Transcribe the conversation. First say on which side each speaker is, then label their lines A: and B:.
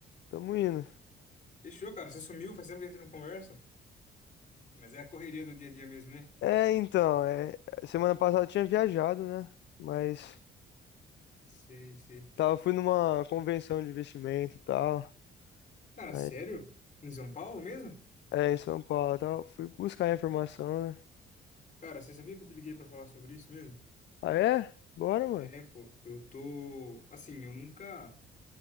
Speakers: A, on the left (about 65°); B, on the left (about 40°).
A: tamo indo.
B: Fechou, cara. Você sumiu, faz tempo que a gente não conversa. Mas é a correria do dia a dia mesmo, né?
A: É, então, é, semana passada eu tinha viajado, né? Mas
B: Sei, sei.
A: tava, fui numa convenção de investimento e tal.
B: Cara,
A: Aí,
B: sério? Em São Paulo mesmo?
A: é, em São Paulo e tal. Fui buscar informação, né?
B: Cara, você sabia que eu te liguei pra falar sobre isso mesmo?
A: Ah, é? Bora, mano.
B: É, pô, eu tô. Assim, eu nunca.